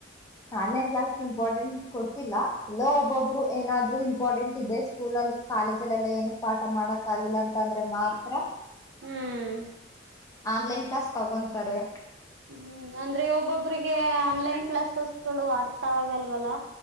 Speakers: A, on the left; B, on the right.
A: ಆನ್ಲೈನ್ ಕ್ಲಾಸ್ ಇಂಪಾರ್ಟೆಂಟ್ ಕೊಡ್ತಿಲ್ಲ ಎಲ್ಲೋ ಒಬ್ಬೊಬ್ರು ಏನಾದ್ರು ಇಂಪಾರ್ಟೆಂಟ್ ಇದೆ ಸ್ಕೂಲ್.. ಕಾಲೇಜಲ್ಲ ಎಲ್ಲ ಏನು ಪಾಠ ಮಾಡಕ್ ಆಗಲ್ಲ ಅಂತ ಅಂದ್ರೆ ಮಾತ್ರ..
B: ಹ್ಮ್
A: ಆನ್ಲೈನ್ ಕ್ಲಾಸ್ ತಗೊಂತಾರೆ..
B: ಹ್ಮ್ ಅಂದ್ರೆ ಒಬ್ಬೊಬ್ರಿಗೆ ಆನ್ಲೈನ್ ಕ್ಲಾಸಸ್ಗಳು ಅರ್ಥ ಆಗಲ್ವಲ್ಲ..